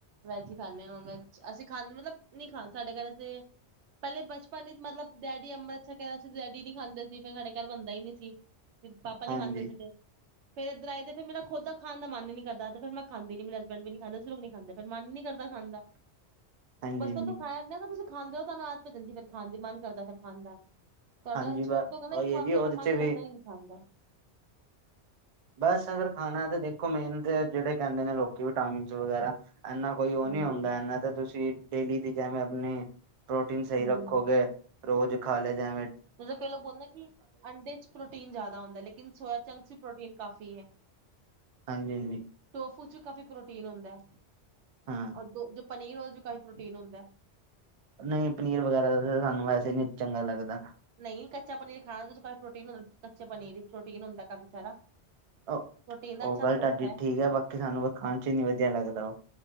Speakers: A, on the right; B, on the right.
A: ਵੈਜ ਈ ਖਾਂਦੇ ਨੋਨ ਵੈਜ ਅਸੀਂ ਖਾਂਦੇ ਮਤਲਬ ਨੀ ਖਾ ਸਾਡੇ ਘਰ ਤੇ ਪਹਿਲੇ ਬਚਪਨ ਵਿੱਚ ਮਤਲਬ ਡੈਡੀ ਅੰਮ੍ਰਿਤ ਛਕਿਆ ਹੋਇਆ ਸੀ ਡੈਡੀ ਨੀ ਖਾਂਦੇ ਸੀ ਫਿਰ ਸਾਡੇ ਘਰ ਬੰਦਾ ਈ ਨੀ ਸੀ। ਪਾਪਾ ਨੀ
B: ਹਾਂਜੀ
A: ਖਾਂਦੇ ਸੀਗੇ। ਫੇਰ ਏਦਰ ਆਏ ਫਿਰ ਮੇਰਾ ਖੁਦ ਦਾ ਖਾਣ ਦਾ ਮਨ ਨੀਂ ਕਰਦਾ, ਫੇਰ ਮੈਂ ਖਾਦੀ ਨੀ ਮੇਰੇ ਹਸਬੈਂਡ ਵੀ ਨੀਂ ਖਾਂਦੇ ਫਿਰ ਅਸੀਂ ਲੋਕ ਨੀਂ ਖਾਂਦੇ ਫੇਰ ਮਨ ਨੀ ਕਰਦਾ ਖਾਣਦਾ।
B: <inaudible>
A: ਬਚਪਨ
B: ਹਾਂਜੀ
A: ਤੋਂ ਖਾਯਾ ਨੀਂ ਅਗਰ ਤੁਸੀਂ ਖਾਂਦੇ ਹੋ ਤਾਂ ਆਦਤ ਪੈ ਜਾਂਦੀ ਆ ਫਿਰ ਖਾਣ ਦੀ ਮਨ ਕਰਦਾ ਫੇਰ ਖਾਣ ਦਾ। ਤੁਆਡਾ
B: ਹਾਂਜੀ
A: ਛੋੜ
B: ਬ
A: ਦੋਗੇਨਾ
B: ਉਹੀ
A: ਈਂਕ ਵਾਰ
B: ਹੈ ਜੀ ਉਹਦੇ
A: ਤੁਆਡਾ
B: ਚ
A: ਮਨ
B: ਵੀ
A: ਕਰਦਾ ਈਂ ਨੀਂ ਖਾਣ ਦਾ।
B: ਬਸ ਅਗਰ ਖਾਣਾ ਏ ਤਾਂ ਦੇਖੋ ਮੇਨ ਤੇ ਜੇੜੇ ਕੈਂਦੇ ਨੇ ਲੋਕੀ ਵੀ ਵਿਟਾਮਿਨਜ ਵਗੈਰਾ ਏਨਾ ਕੋਈ ਓ
A: ਹੂੰ
B: ਨੀ ਹੁੰਦਾ ਐਨਾ ਤਾਂ ਤੁਸੀਂ ਡੇਲੀ ਦੀ ਜੈਵੇਂ ਅਪਨੀ ਪ੍ਰੋਟੀਨ ਸਈ
A: ਹੂੰ
B: ਰੱਖੋਗੇ ਰੋਜ ਖਾਲੈ ਜੈਵੇਂ
A: ਜਦੋਂ ਕਈ ਲੋਕ ਬੋਲਦੇ ਕਿ ਅੰਡੇ ਚ ਪ੍ਰੋਟੀਨ ਜਾਂਦਾ ਹੁੰਦਾ ਲੇਕਿਨ ਸੋਇਆ ਚੰਕਸ ਚ ਪ੍ਰੋਟੀਨ ਕਾਫੀ ਏ।
B: ਹਾਂਜੀ-ਹਾਂਜੀ।
A: ਟੋਫੂ ਚ ਕਾਫੀ ਪ੍ਰੋਟੀਨ ਹੁੰਦੈ।
B: ਹੂੰ।
A: ਔ ਦੋ ਪਨੀਰ ਹੁੰਦਾ ਓਦੇ 'ਚ' ਵੀ ਕਾਫੀ ਪ੍ਰੋਟੀਨ ਹੁੰਦੈ।
B: ਨਈਂ, ਪਨੀਰ ਵਗੈਰਾ ਸਾਨੂੰ ਵੈਸੇ ਈਂ ਨੀਂ ਚੰਗਾ ਲੱਗਦਾ।
A: ਨਈਂ, ਕੱਚਾ ਪਨੀਰ ਖਾਣਾ ਕਾ ਪ੍ਰੋਟੀਨ ਕੱਚੇ ਪਨੀਰ ਵਿੱਚ ਪ੍ਰੋਟੀਨ ਹੁੰਦਾ ਕਾਫੀ ਸਾਰਾ।
B: ਓ
A: ਪ੍ਰੋਟੀਨ ਦਾ ਅੱਛਾ
B: ਓ ਗੱਲ
A: ਸੋਰਸ
B: ਤਾਡੀ
A: ਹੈ।
B: ਠੀਕੈ ਬਾਕੀ ਸਾਨੂੰ ਖਾਣ 'ਚ' ਨੀ ਵਧੀਆ ਲੱਗਦਾ ਓ।